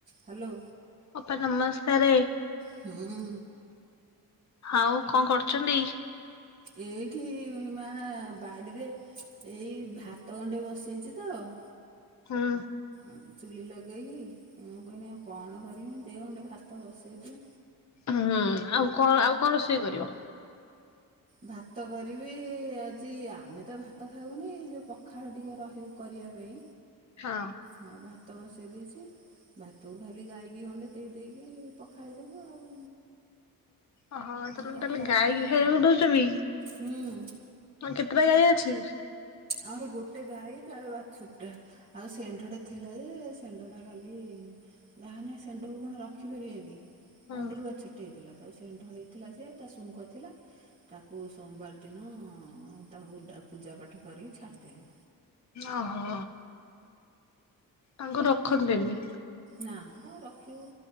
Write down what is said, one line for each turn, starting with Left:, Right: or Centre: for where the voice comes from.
Right: Hello
Left: ଅପା ନମସ୍କାରେ।
Right: ହୁଁ।
Left: ଆଉ କଣ କରୁଛନ୍ତି।
Right: ଏଇଠି ମା ବାଡ଼ିରେ ଏଇ ଭାତ ଗଣ୍ଣ୍ଡେ ବସେଇଛି ତ। <inaudible>
Left: ହୁଁ।
Right: ଆଉ ଚୁଲି ଲଗେଇକି ମୁଁ କହନି ଆଉ କଣ କରିବି। ଦେ ଗଣ୍ଡେ ଭାତ ବସେଇ ଦିଏ।
Left: ହୁଁ ଆଉ କଣ ଆଉ କଣ ରୋଷେଇ କରିବ?
Right: ଭାତ କରିବି ଆ। ଆଜି ଆମେ ତ ଭାତ ଖାଇାବୁନି ଯୋଉ ପଖାଳ ଟିକେ ରହିବ କରିବା ପାଇଁ।
Left: ହଁ।
Right: ହଁ ଭାତ ବସାଇ ଦେଇଛି ଭାତକୁ ଖାଲି ଗାଈକି ଗଣ୍ଡେ ଦେଇ ଦେଇେଇକି ପଖାଇଦବୁ ଆଉ।
Left: ଓହୋ ତ
Right: ପଖାଳ
Left: ତାହେଲେ ଗା।
Right: କାଢ଼ି
Left: ଛ ବି
Right: ହୁଁ
Left: କେତେଟା ଗାଈ ଅଛି।
Right: ଆମର ଗୋଟେ ଗାଈ ତାର ବା ଛୁଟା ଆଉ ସେଣ୍ଢ ଟା ଥିଲା ଯେ ସେଣ୍ଢ ଟା କଲି। ତାହେଲେ ସେଣ୍ଣ୍ଡକୁ କଣ ରଖିପାରିବା କି।
Left: ହଁ
Right: ଅଣ୍ଣ୍ଡରୁଆ ଛୁଟି ହେଇଥିଲା ତା ସେଣ୍ଟ ହେଇଥିଲା ସିଏ ତା ଶୁଙ୍ଖ ଥିଲା। ତାକୁ ସୋମବାର ଦିନ ତାକୁ ପୂଜା ପାଠ କରିକି ଛାଡିଦେଲୁ।
Left: ଓ ହୋ। ତାଙ୍କୁ ରଖନ୍ତିନି।
Right: ନା ତା ରଖିବୁ